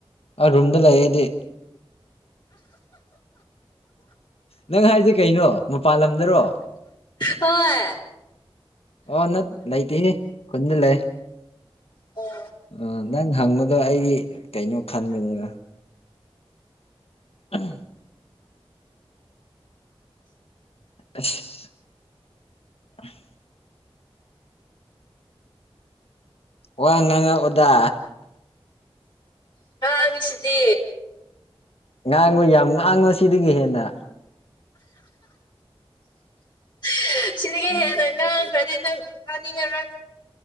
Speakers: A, on the left; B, on the left.
A: ꯑ ꯔꯨꯝꯗ ꯂꯩꯌꯦꯗꯤ ꯅꯪ ꯍꯥꯏꯗꯤ ꯀꯩꯅꯣ ꯃꯄꯥꯜ ꯂꯝꯗꯔꯣ
B: ꯍꯣꯏ
A: ꯑꯥ ꯅ ꯂꯩꯇꯦ ꯈꯨꯟꯗ ꯂꯩ
B: ꯑꯣ
A: ꯑ ꯅꯪ ꯍꯪꯕꯗꯣ ꯑꯩꯗꯤ ꯀꯩꯅꯣ ꯈꯟꯕꯅꯤꯅ <unintelligible> <inaudible> ꯋꯥ ꯉꯥꯡꯉ ꯑꯣꯗ
B: ꯉꯥꯡꯉꯤꯁꯤꯗꯦ
A: ꯉꯥꯡꯉꯣꯏ ꯌꯥꯝ ꯉꯥꯡꯉꯣ ꯁꯤꯗꯒꯤ ꯍꯦꯟꯅ
B: <inaudible> ꯁꯤꯗꯒꯤ ꯍꯦꯟꯅ ꯉꯥꯡꯈ꯭ꯔꯗꯤ ꯅꯪ ꯐꯥꯅꯤꯡꯉ꯭ꯔ